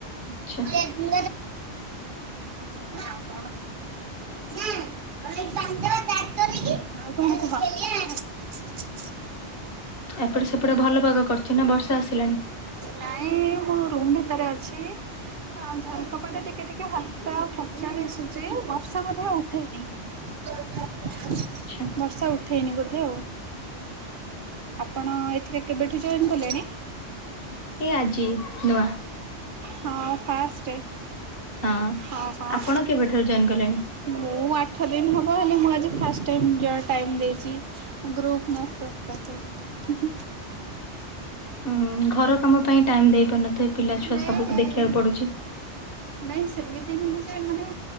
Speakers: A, on the left; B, on the right.
A: ଆଚ୍ଛା।
B: <inaudible> ଆଉ ଆପଣ? ଆଉ କଣ କୁହ?
A: ଏପଟେ ସେପଟେ ଭଲ ପାଗ କରିଛି ନା ବର୍ଷା ଆସିଲାଣି?
B: ନାଇଁ ମୁଁ ରୁମ୍ ଭିତରେ ଅଛି। ହଁ ଝରକା ପଟେ ଟିକେ ଟିକେ ହାଲକା ଫର୍ଚା ଦିଶୁଛି ବର୍ଷା ବୋଧେ ଉଠେଇନି। <inaudible>
A: ଆଚ୍ଛା।
B: ବର୍ଷା ଉଠେଇନି ବୋଧେ ଆଉ। ଆପଣ ଏଥିରେ କେବେଠୁ ଜଏନ୍ କଲେଣି?
A: ଏ ଆଜି ନୂଆ।
B: ହଁ ଫାଷ୍ଟେ।
A: ହଁ
B: ହଁ ହଁ
A: ଆପଣ କେବେଠାରୁ ଜଏନ୍ କଲେଣି?
B: ମୁଁ ଆଠ ଦିନ ହବ ହେଲେ ମୁଁ ଆଜି ଫାଷ୍ଟ ଟାଇମ୍ ଯ ଟାଇମ ଦେଇଛି। ଗ୍ରୁପ ମେସେଜ ପାଇକି।
A: ହୁଁ ହୁଁ ଘର କାମ ପାଇଁ ଟାଇମ ଦେଇ ପାରୁନଥିବେ ପିଲା ଛୁଆ
B: ନାଇଁ
A: ସବୁ ଦେଖିଆକୁ ପଡୁଛି।
B: ନାଇଁ ସେମିତି ନୁହଁ ଯେ ମାନେ